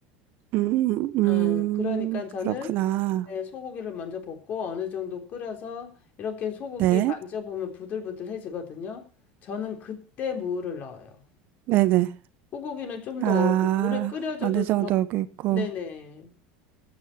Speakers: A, on the right; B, on the left.
A: 음,
B: 음 그러니까
A: 음,
B: 저는
A: 그렇구나.
B: 네, 소고기를 먼저 볶고 어느 정도 끓여서 이렇게 소고기
A: 네,
B: 만져보면 부들부들해지거든요. 저는 그때 무를 넣어요.
A: 네네.
B: 소고기는 좀
A: 아,
B: 더 오래 끓여줘도
A: 어느 정도
B: 더,
A: 있고.
B: 네네.